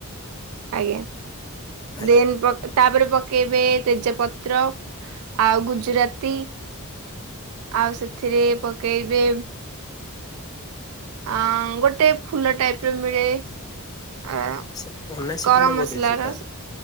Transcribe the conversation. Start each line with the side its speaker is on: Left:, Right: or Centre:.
Right: ଆଜ୍ଞା
Left: ଆଜ୍ଞା
Right: ଦେନ୍ ପକ୍ ତାପରେ ପକେଇବେ ତେଜପତ୍ର ଆଉ ଗୁଜୁରାତି ଆଉ ସେଥିରେ ପକେଇବେ ଆଁ ଗୋଟେ ଫୁଲ ଟାଇପର ମିଳେ ଆ,
Left: ସା ଅନାସୀ
Right: ଗରମ
Left: ଫୁଲ
Right: ମସଲା
Left: ବୋଧେ ସେଟା।
Right: ର